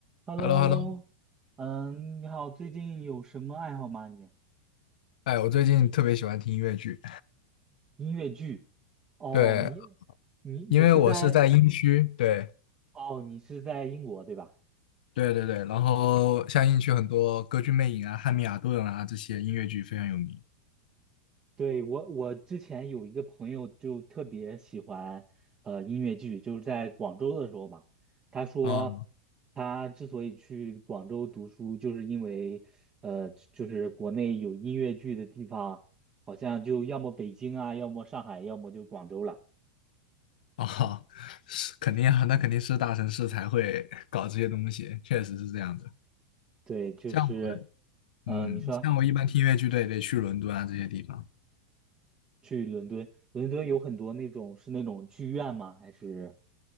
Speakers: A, on the right; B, on the left.
A: h e l
B: h
A: l o
B: e l l
A: h
B: o
A: e
B: h
A: l l
B: e l
A: o
B: l o
A: 嗯，你好，最近有什么爱好吗你？
B: 哎，我最近特别喜欢听音乐剧，
A: 音乐剧？哦，
B: 对，
A: 你你你是在
B: 因为我是在英区，对，
A: 哦，你是在英国对吧？
B: 对对对，然后像英区很多《歌剧魅影》啊、《汉密尔顿》啊这些音乐剧非常有名。
A: 对，我我之前有一个朋友就特别喜欢呃音乐剧，就是在广州的时候吧，他说
B: 啊
A: 他之所以去广州读书，就是因为呃就是国内有音乐剧的地方，好像就要么北京啊，要么上海，要么就广州了。
B: 啊，<laughs> 是肯定啊，那肯定是大城市才会搞这些东西，确实是这样的。
A: 对，就是，
B: 像我，
A: 呃，
B: 嗯，
A: 你说
B: 像我一般听音乐剧都也得去伦敦啊这些地方。
A: 去伦敦，伦敦有很多那种是那种剧院吗？还是